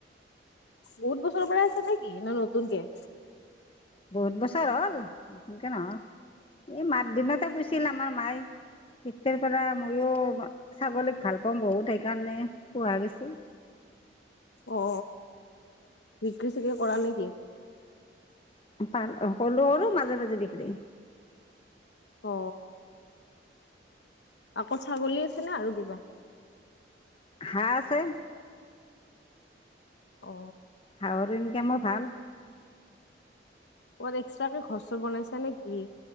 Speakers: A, on the left; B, on the left.
A: বহুত বছৰৰ পৰা আছে নেকি, নে, নতুনকে।
B: বহুত বছৰ হ'ল নতুনকে নহয়, এই মাত দিনতে পুছিল আমাৰ মায়ে। কেতিয়ৰ পৰা ময়ো, ছাগলীক ভাল পাওঁ, বহুত সেইকাৰণে পোহা গৈছে।
A: অ, বিক্ৰী-চিক্ৰি কৰা নেকি?
B: পাল, সলো, আৰু মাজে, মাজে বিক্ৰী
A: অ, আকল ছাগলী আছে নে, আৰু কিবা?
B: ঘাহ আছে।
A: অ,
B: আগত এনকে মই ভাল।
A: ক'বাত এক্সট্ৰাকে ঘৰৰ-চৰ বনাইছা নেকি?